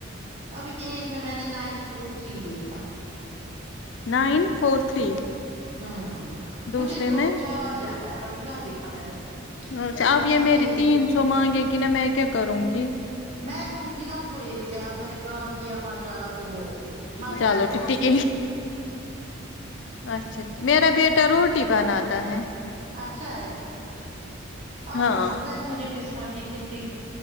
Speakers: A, on the right (about 30°); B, on the left (about 60°).
A: ابھی ایک میں میں نے نائن فور تھری دیکھا
B: نائن فور تھری
A: ہوں
B: دوسرے
A: مجھے دو
B: میں
A: چار جگہ ہے ابھی کہاں دیکھا میں نے
B: اچھا اب
A: میں
B: یہ
A: ابھی
B: میری تین سو مانگے گی نا میں کیا کروں گی
A: میں دوں گی نا اس کو یہی سے اب میں نے کام کیا ماشاء اللہ سے بہت مت
B: چلو
A: ڈرو
B: ٹھیک اچھا میرا بیٹا روٹی بناتا ہے
A: اچھا ہے
B: ہاں
A: آپ کو پتا ہے مجھے بسما کتنی